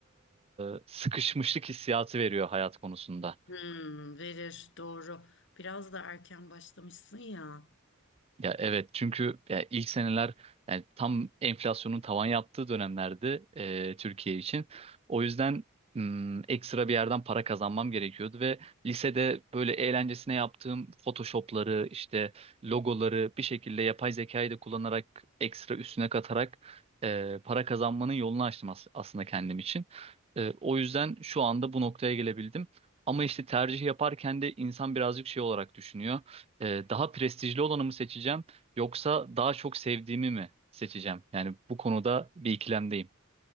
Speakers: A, on the right; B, on the left.
A: e, sıkışmışlık hissiyatı veriyor hayat konusunda.
B: Hmm, verir doğru. Biraz da erken başlamışsın ya.
A: Ya evet çünkü ya ilk seneler yani tam enflasyonun tavan yaptığı dönemlerdi e, Türkiye için. O yüzden hmm, ekstra bir yerden para kazanmam gerekiyordu ve lisede böyle eğlencesine yaptığım Photoshop'ları işte logoları bir şekilde yapay zekayı da kullanarak ekstra üstüne katarak e, para kazanmanın yolunu açtım as- aslında kendim için. E, o yüzden şu anda bu noktaya gelebildim. Ama işte tercih yaparken de insan birazcık şey olarak düşünüyor e, daha prestijli olanı mı seçeceğim yoksa daha çok sevdiğimi mi seçeceğim? Yani bu konuda bir ikilemdeyim.